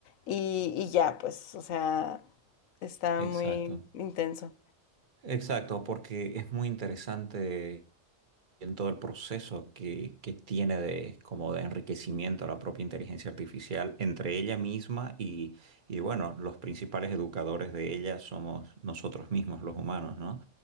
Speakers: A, on the left (about 80°); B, on the right (about 40°).
A: y, y ya, pues, o sea, está muy
B: Exacto.
A: intenso.
B: Exacto, porque es muy interesante en todo el proceso que, que tiene de, como de enriquecimiento a la propia inteligencia artificial entre ella misma y, y, bueno, los principales educadores de ella somos nosotros mismos, los humanos, ¿no?